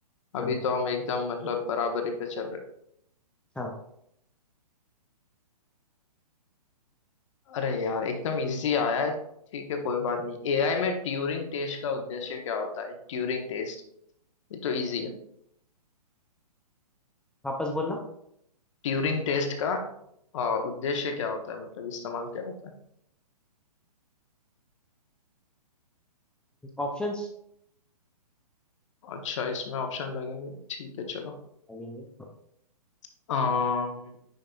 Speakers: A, on the left; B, in the centre.
A: अभी
B: चलो फिर।
A: तो हम एकदम मतलब बराबरी पे चल रहे हैं
B: हाँ
A: अरे यार एकदम इजी आया है ठीक है कोई बात नहीं एआई में ट्यूरिंग टेस्ट का उद्देश्य क्या होता है ट्यूरिंग टेस्ट ये तो इजी है
B: वापस बोलना
A: ट्यूरिंग टेस्ट का अ, उद्देश्य क्या होता है मतलब इस्तेमाल क्या होता है
B: ऑप्शंस
A: अच्छा इसमें ऑप्शन लगेंगे ठीक है चलो
B: लगेंगे
A: अम्म,